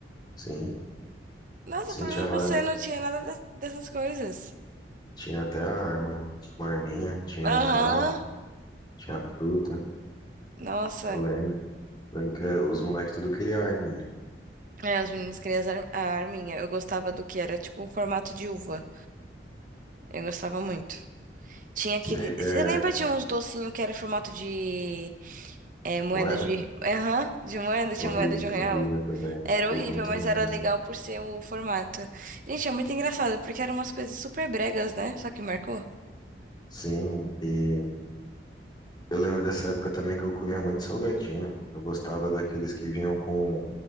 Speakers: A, on the left (about 25°); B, on the right (about 45°).
A: Sim.
B: Nossa,
A: Sim,
B: pra
A: tinha
B: mim
A: várias.
B: você não tinha nada de- dessas coisas.
A: Tinha até a arma. Tinha uma arminha, tinha
B: Aham.
A: carro. Tinha fruta,
B: Nossa.
A: eu lembro. Lembro que eh, os moleques tudo queria arminha.
B: É, os meninos queriam as ar- a arminha. Eu gostava do que era tipo um formato de uva. Eu gostava muito. Tinha aquele.
A: Se- É,
B: Você lembra de uns docinhos que era em formato de é, moeda
A: moeda?
B: de. Aham, de moeda, tinha
A: Horrível,
B: moeda de um
A: horrível
B: real.
A: também.
B: Era
A: Foi
B: horrível,
A: Muito
B: mas
A: ruim
B: era
A: também.
B: legal por ser o formato. Gente, é muito engraçado, porque eram umas coisas super bregas, né? Só que marcou.
A: Sim, e eu lembro dessa época também que eu comia muito salgadinho. Eu gostava daqueles que vinham com